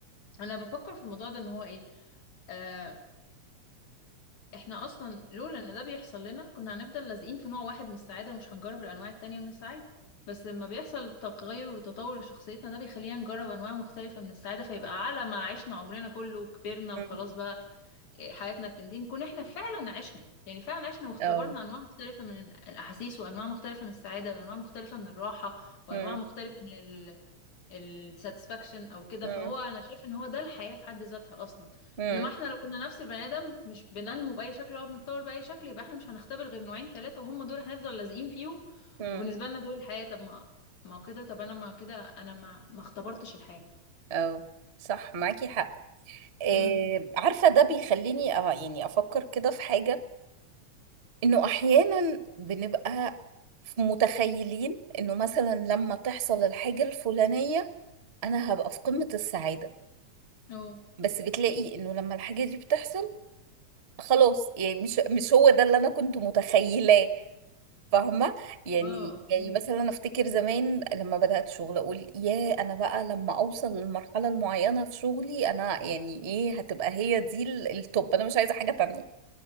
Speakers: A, on the left; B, on the right.
A: انا بفكر في الموضوع ده ان هو ايه آه، احنا اصلا لولا ان ده بيحصل لنا كنا هنفضل لازقين في نوع واحد من السعادة ومش هنجرب الانواع التانية من السعادة بس لما بيحصل تغير وتطور لشخصيتنا ده بيخلينا نجرب انواع مختلفة من السعادة فيبقى على ما عشنا عمرنا كله وكبرنا وخلاص
B: مم.
A: بقى إيه، حياتنا بتنتهي نكون احنا فعلا عشنا يعني فعلا عشنا واختبرنا
B: أو
A: انواع مختلفة من الاحاسيس وانواع مختلفة من السعادة وانواع مختلفة من الراحة وانواع
B: مم.
A: مختلفة من ال- الساتسفاكشن او كده
B: مم.
A: فهو انا شايف ان هو ده الحياة في حد ذاتها اصلا
B: مم.
A: انما احنا لو كنا نفس البني ادم مش بننمو باي شكل ولا بنتطور باي شكل يبقى احنا مش هنختبر غير نوعين ثلاثة وهم دول هنفضل لازقين فيهم
B: مم.
A: وبالنسبة لنا دول الحياة طب ما ما هو كده طب انا ما كده انا ما ما اختبرتش الحياة
B: أو صح معاكي حق إيه
A: امم
B: عارفة ده بيخليني أه يعني أفكر كده في حاجة إنه أحيانا بنبقى متخيلين إنه مثلا لما تحصل الحاجة الفلانية أنا هبقى في قمة السعادة
A: اه
B: بس بتلاقي انه لما الحاجة دي بتحصل خلاص يعني مش مش هو ده اللي انا كنت متخيلاه فاهمة يعني
A: اه اوكي
B: يعني مثلا انا افتكر زمان لما بدأت شغل اقول يا انا بقى لما اوصل للمرحلة المعينة في شغلي انا يعني ايه هتبقى هي دي ال- التوب انا مش عايزة حاجة تانية